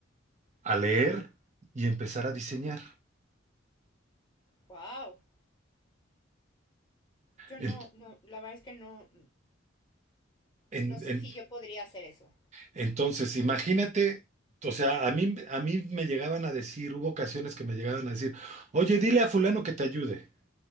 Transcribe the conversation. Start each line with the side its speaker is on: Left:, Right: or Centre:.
Right: a leer y empezar a diseñar.
Left: Wow. Yo
Right: En-
Left: no, no, la verdad es que no,
Right: en-
Left: no sé
Right: en-
Left: si yo podría hacer eso.
Right: Entonces, imagínate, o sea, a mí, a mí me llegaban a decir, hubo ocasiones que me llegaban a decir, oye, dile a fulano que te ayude.